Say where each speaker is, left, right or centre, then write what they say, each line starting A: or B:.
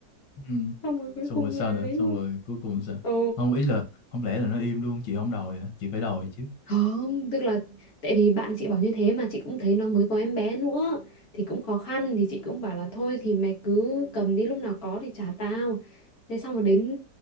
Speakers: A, on the left; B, on the left.
A: ừ
B: xong rồi cuối
A: xong
B: cùng
A: rồi sao
B: là
A: nữa
B: ấy
A: xong
B: luôn
A: rồi cuối cùng sao
B: ồ
A: không ý là không lẽ là nó im luôn chị không đòi hả? chị phải đòi chứ
B: Không, tức là tại vì bạn chị bảo như thế mà chị cũng thấy nó mới có em bé nữa thì cũng khó khăn thì chị cũng bảo là thôi thì mày cứ cầm đi lúc nào có thì trả tao. Thế xong rồi đến